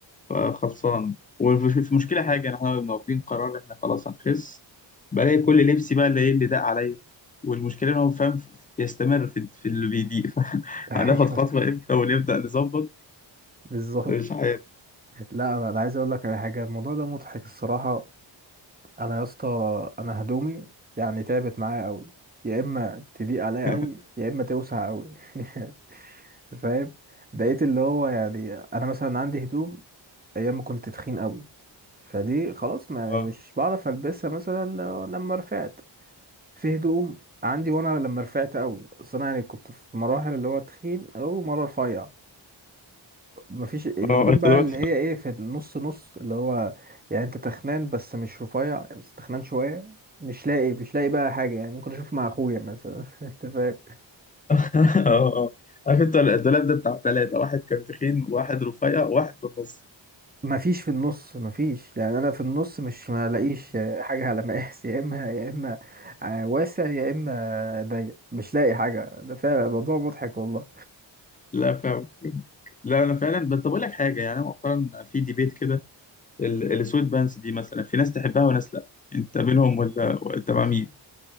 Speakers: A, on the left; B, on the right.
A: آه، خلصان وفي مشكله حاجه احنا كنا واخدين قرار احنا خلاص هنخس بلاقي كل لبسي بقى اللي ايه اللي داق عليا والمشكله ان هو فاهم ف- يستمر في في اللي بيضيق <laughs>
B: <laughs>
A: هناخد
B: ايوه
A: خطوه امتى ونبدا نظبط
B: بالظبط
A: مش عارف
B: لا انا أنا عايز اقول لك على حاجه الموضوع ده مضحك الصراحه انا يا اسطى انا هدومي يعني تعبت معايا قوي يا اما تضيق عليا
A: <laughs>
B: قوي يا اما توسع قوي <laughs> فاهم بقيت اللي هو يعني انا مثلا عندي هدوم ايام ما كنت تخين قوي فدي خلاص ما
A: اه
B: يعني مش بعرف البسها مثلا لو- لما رفعت في هدوم عندي وانا لما رفعت قوي اصل انا يعني كنت في مراحل اللي هو تخين او مره رفيع مفيش الهدوم
A: اه انت
B: بقى
A: دلوقتي
B: اللي هي ايه في النص نص اللي هو يعني انت تخنان بس مش رفيع بس تخنان شويه مش لاقي مش لاقي بقى حاجه يعني ممكن اشوف مع اخويا مثلا <laughs> انت فاهم
A: اه اه اه. عارف انت الدولاب ده بتاع ثلاثة واحد كان تخين وواحد رفيع وواحد في النص
B: مفيش في النص مفيش يعني انا في النص مش ما لاقيش حاجه على مقاس <laughs> يا اما يا اما واسع يا اما ضيق مش لاقي حاجه ده فعلا الموضوع مضحك والله
A: لا فاهم لا انا فعلا بس طب اقول لك حاجه يعني أنا مؤخرا في ديبيت كده ال- السويت بانس دي مثلا في ناس تحبها وناس لا انت منهم ولا انت مع مين